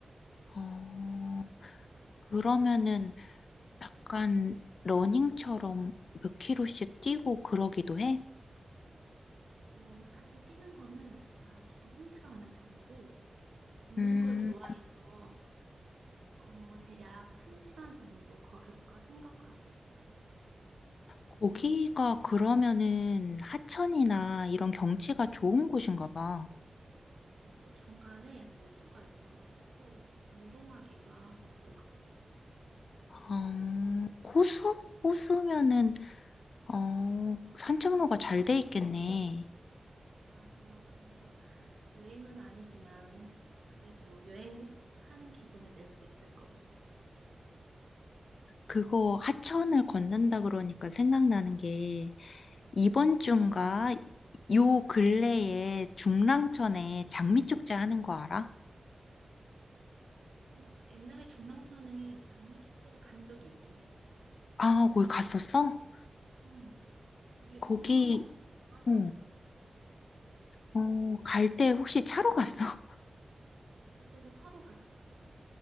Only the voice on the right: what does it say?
어, 사실 뛰는 거는 내가 조금 힘들어하는 편이고 걷는
걸 좋아해서 어, 대략 한 시간 정도 걸을까 생각하고 있어.
맞아. 중간에 호수가 있어가지고 운동하기가 좋아.
맞아. 그래서 여행은 아니지만 그래도 여행하는 기분을 낼 수 있을 것 같아.
뭐 옛날에 중랑천에 장미 축제를 간 적이 있긴 해.
음, 거기 엄청
좋았던
것 같아.
그때도 차로 갔었어.